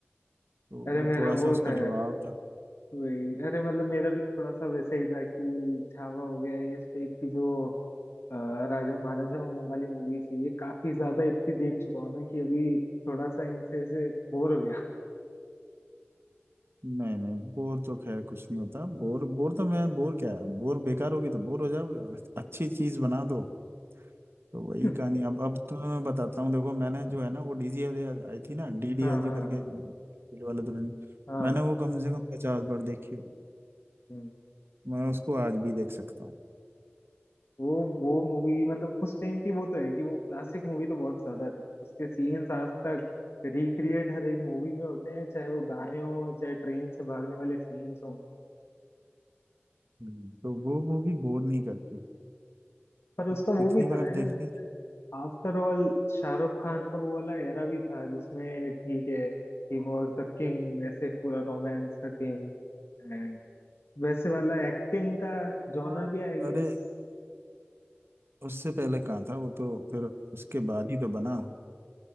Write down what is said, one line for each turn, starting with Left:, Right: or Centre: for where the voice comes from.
Right: तो वो
Left: अरे मेरा
Right: थोड़ा सा
Left: वो
Right: उसका
Left: था
Right: जुड़ाव था
Left: वही अरे मतलब मेरा भी थोड़ा सा वैसा ही था कि छावा हो गया ये इस टाइप की जो अ, राजा महाराजा वो वाली मूवीज है ये काफी ज्यादा इतनी देख चुका हूं ना कि अभी थोड़ा सा इनसे ऐसे बोर हो गया
Right: नहीं नहीं बोर तो खैर कुछ नहीं होता बोर बोर तो मैं बोर क्या है बोर बेकार होगी तो बोर हो जाओगे और अच्छी चीज बना दो तो
Left: <laughs>
Right: वही कहानी अब अब तुम्हें मैं बताता हूँ देखो मैंने जो है ना वो डीजीएल आई थी ना डीडीएलजे
Left: हाँ हाँ
Right: करके दिल वाले दुल्हनिया
Left: हाँ
Right: मैंने वो कम से कम पचास बार देखी होगी
Left: हम्म।
Right: मैं उसको आज भी देख सकता हूँ
Left: वो वो मूवी मतलब उस टाइम की वो तो है कि वो क्लासिक मूवी तो बहुत ज्यादा थी उसके सीन्स आज तक रिक्रिएट हर एक मूवी में होते हैं चाहे वो गाने हो चाहे ट्रेन से भागने वाले सीन्स हो
Right: हम्म। तो वो मूवी बोर नहीं करती
Left: पर उसका
Right: तो कितनी
Left: वो भी था
Right: बार
Left: ना
Right: देखने
Left: आफ्टर ऑल शाहरुख खान का वो वाला एरा भी था जिसमें ठीक है ही वॉज द किंग ऐसे पूरा रोमांस का किंग एंड वैसे वाला एक्टिंग का जॉनर
Right: हाँ
Left: भी आई गेस
Right: अरे उससे पहले कहाँ था वो तो फिर उसके बाद ही तो बना